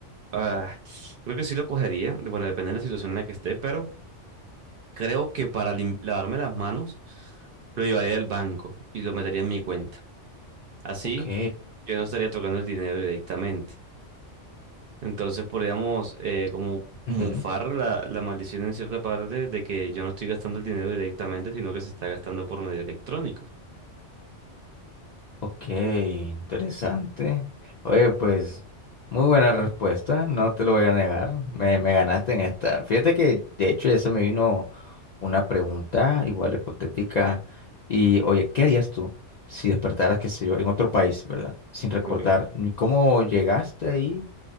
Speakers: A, on the right; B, on the left.
A: ah, creo que sí lo cogería. Bueno, depende de la situación en la que esté, pero creo que para lim- lavarme las manos lo llevaría al banco y lo metería en mi cuenta. Así
B: Ok,
A: yo no estaría tocando el dinero directamente. Entonces podríamos eh, como mufar
B: ujú,
A: la, la maldición en cierta parte de que yo no estoy gastando el dinero directamente, sino que se está gastando por medio electrónico.
B: ok, interesante. Oye, pues, muy buena respuesta, no te lo voy a negar. Me, me ganaste en esta. Fíjate que, de hecho, ya se me vino una pregunta igual hipotética. Y, oye, ¿qué harías tú si despertaras, qué sé yo, en otro país, ¿verdad? Sin recordar
A: Ok.
B: ni cómo llegaste ahí